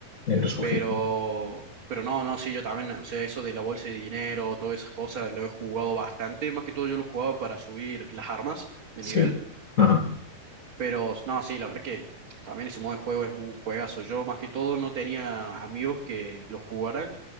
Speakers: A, on the left (about 45°); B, on the right (about 40°).
A: el resurgir.
B: Pero, pero no, no, sí, yo también, o sea, eso de la bolsa de dinero, todas esas cosas, lo he jugado bastante. Más que todo yo lo he jugado para subir las armas de
A: Sí,
B: nivel.
A: ajá,
B: Pero no, sí, la verdad que también ese modo de juego es un juegazo. Yo más que todo no tenía amigos que lo jugaran.